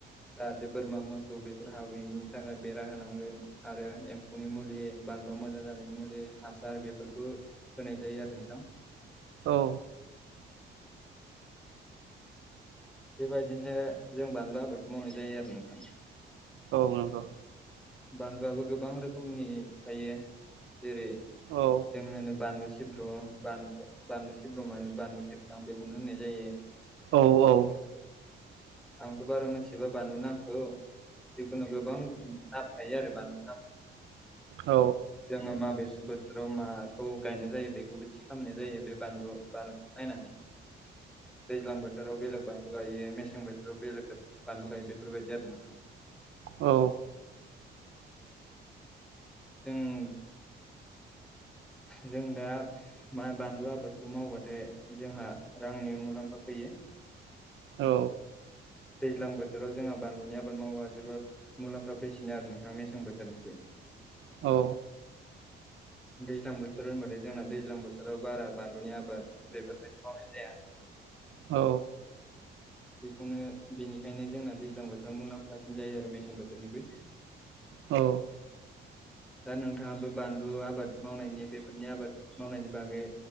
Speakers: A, in the centre; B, on the right.
A: जाहाथे बोरमा मोसौ बेफोर हाबैनि बेनि थाखाय बेरा होनांगोन आरो एम्फौनि मुलि बानलु मोजां जानाय मुलि हासार बेफोरखौ होनाय जायो आरो नोंथां।
B: औ।
A: बेबायदिनो जों बानलु आबाद मावनाय जायो आरो नोंथां।
B: औ नंगौ।
A: बानलुआबो गोबां रोखोमनि थायो जेरै
B: औ
A: जों होनो बानलु सि सिब्र' बानलु बानलु सिब्र माने बानलु खेबजां बेखौनो होननाय जायो।
B: औ औ‌।
A: आंथ' बारा मोनथिबा बानलुनो आंखौ जिखुनु गोबां नाम थायो आरो बानलु नाम
B: औ
A: जोङो माबे। बोथोराव माखौ गायनाय जायो बेखौबो थि खालामनाय जायो बे बानलु बानलुखौ नायनानै दैज्लां बोथोराव बेलेग बान लु गायो मेसें बोथोराव बेलेग बानलु गायो बेफोरबायदि आरो नोंथां।
B: औ।
A: जों। जों दा मां बानलु आबादखौ मावबाथाय जोंहा रांनि मुलाम्फा फैयो। <unintelligible>
B: औ।
A: दैज्लां बोथोराव जोंहा बानलुनि आबाद मावोबाजोबोद मुलाम्फा फैसिनो आरो नोंथां मेसें बोथोरनिख्रुइ
B: औ।
A: दैज्लां बोथोर होनबाथाय जोंना दैज्लां बोथोराव बारा बानलुनि आबाद बेफोरबायदि मावनाय जाया। <inaudible>
B: औ।
A: बेखौनो बेनिखायनो जोंना दैज्लां बोथोराव मुलाम्फासिन जायो आरो मेसें बोथोरनिख्रुइ।
B: औ।
A: दा नोंथाङाबो बानलु आबाद मावनायनि बेफोरनि आबाद मावनायनि बागै।